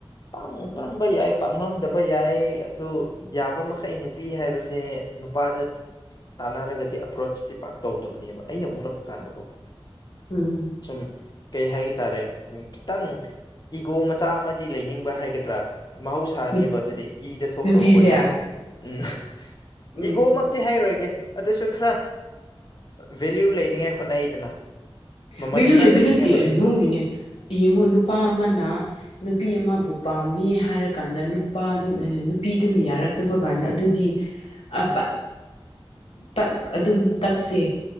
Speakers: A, on the left; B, on the left.
A: ꯄꯥꯝꯔꯝꯕ ꯌꯥꯏ ꯄꯥꯝꯔꯝꯗꯕ ꯌꯥꯏ ꯑꯗꯨ ꯌꯥꯕ ꯃꯈꯩ ꯅꯨꯄꯤ ꯍꯥꯏꯕꯁꯦ ꯅꯨꯄꯥꯗ ꯇꯥꯟꯅꯔꯒꯗꯤ ꯑꯦꯄ꯭ꯔꯣꯆꯇꯤ ꯄꯥꯛ ꯇꯧꯗꯕꯅꯦꯕ ꯑꯩꯅ ꯎꯔꯛꯄ ꯀꯥꯟꯗꯀꯣ
B: ꯎꯝ
A: ꯁꯨꯝ ꯀꯩ ꯍꯥꯏꯒ ꯇꯥꯔꯦ ꯎꯝ ꯈꯤꯇꯪ ꯏꯒꯣ ꯆꯥ ꯑꯃꯗꯤ ꯂꯩꯅꯤꯡꯕ ꯍꯥꯏꯒꯗ꯭ꯔꯥ ꯃꯍꯧꯁꯥꯅꯦꯕ
B: ꯅꯨ-
A: ꯑꯗꯨꯗꯤ ꯏꯗ ꯊꯣꯛꯈ꯭ꯔꯕ
B: ꯅꯨꯄꯤꯁꯦ
A: ꯋꯥꯔꯤꯅꯦꯕ ꯎꯝ
B: ꯎꯝ
A: ꯏꯒꯣ ꯃ ꯇꯨꯇꯤ ꯍꯥꯏꯔꯣꯏꯒꯦ ꯑꯗꯨꯁꯨ ꯈꯔ ꯚꯦꯂꯌꯨ ꯂꯩꯅꯤꯡꯉꯥꯏ ꯍꯣꯠꯅꯩꯗꯅ ꯃꯃꯜ
B: ꯚꯦꯂꯨ
A: ꯈꯔ
B: ꯂꯩꯕ
A: ꯂꯩꯅꯤꯡꯉꯥꯏ
B: ꯅꯠꯇꯦ
A: ꯍꯣꯠꯅꯩꯅ
B: ꯅꯣꯛꯅꯤꯡꯉꯦ ꯌꯦꯡꯉꯣ ꯅꯨꯄꯥ ꯑꯃꯅ ꯅꯨꯄꯤ ꯑꯃꯕꯨ ꯄꯥꯝꯃꯦ ꯍꯥꯏꯔꯀꯥꯟꯗ ꯅꯨꯄꯥꯗꯨꯅ ꯅꯨꯄꯤꯗꯨꯅ ꯌꯥꯔꯛꯇꯕ ꯀꯥꯟꯗ ꯑꯗꯨꯗꯤ ꯑ ꯇꯛ ꯑꯗꯨꯝ ꯇꯛꯁꯦ